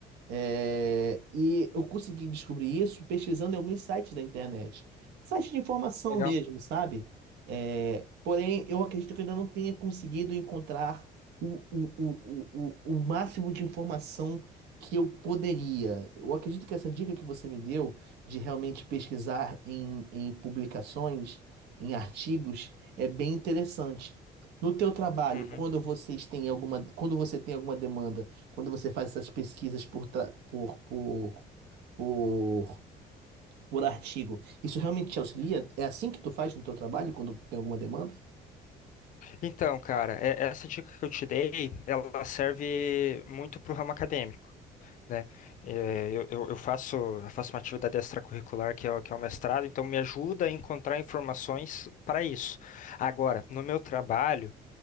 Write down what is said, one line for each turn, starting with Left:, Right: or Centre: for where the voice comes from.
Right: É, e eu consegui descobrir isso pesquisando em alguns sites da internet. Sites de informação
Left: Legal.
Right: mesmo, sabe? É, porém, eu acredito que eu ainda não tenha conseguido encontrar o, o, o, o, o o máximo de informação que eu poderia. Eu acredito que essa dica que você me deu de realmente pesquisar em, em publicações, em artigos, é bem interessante. No teu trabalho,
Left: Uhum.
Right: quando vocês têm alguma, quando você tem alguma demanda quando você faz essas pesquisas por, tra- por, por, por, por artigo, isso realmente te auxilia? É assim que tu faz no teu trabalho quando tem alguma demanda?
Left: Então, cara, é- essa dica que eu te dei, ela serve muito para o ramo acadêmico, né? É, Eu, eu- eu faço, eu faço uma atividade extracurricular que é, o- que é o mestrado, então me ajuda a encontrar informações para isso. Agora, no meu trabalho,